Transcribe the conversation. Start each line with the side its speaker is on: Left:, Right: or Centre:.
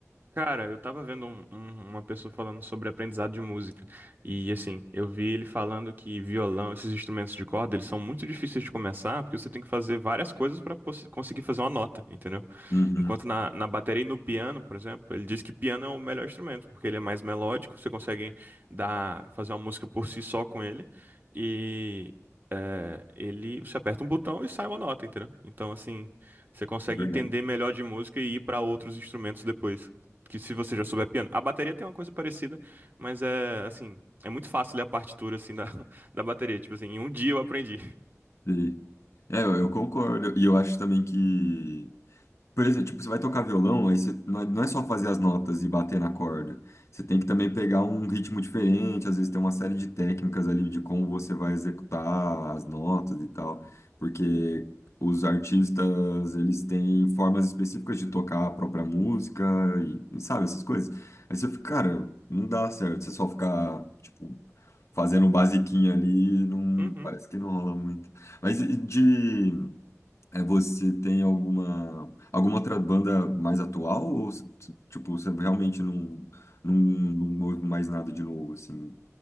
Right: Cara, eu tava vendo um- um- uma pessoa falando sobre aprendizado de música. E assim, eu vi ele falando que violão, esses instrumentos de corda, eles são muito difíceis de começar, porque você tem que fazer várias coisas para conseguir fazer uma nota, entendeu?
Left: Uhum,
Right: Enquanto na, na bateria e no piano, por exemplo, ele diz que piano é o melhor instrumento, porque ele é mais melódico, você consegue dar, fazer uma música por si só com ele, e eh, ele, você aperta um botão e sai uma nota, entendeu? Então, assim, você consegue
Left: é verdade.
Right: entender melhor de música e ir para outros instrumentos depois, que se você já souber piano. A bateria tem uma coisa parecida, mas é, assim, é muito fácil ler a partitura, assim, da, <laughs> da bateria, tipo assim, em um dia eu aprendi.
Left: E- é, eu, eu concordo. E eu acho também que Por exemplo, tipo, você vai tocar violão, aí você não é não é só fazer as notas e bater na corda. Você tem que também pegar um ritmo diferente, às vezes tem uma série de técnicas ali de como você vai executar as notas e tal, porque os artistas, eles têm formas específicas de tocar a própria música e, e sabe, essas coisas. Aí você fica, cara, não dá certo, você só ficar, tipo, fazendo um basiquinho ali, não,
Right: Uhum.
Left: parece que não rola muito. Mas e de é, você tem alguma alguma outra banda mais atual ou tipo você realmente não não, não ouve mais nada de novo assim?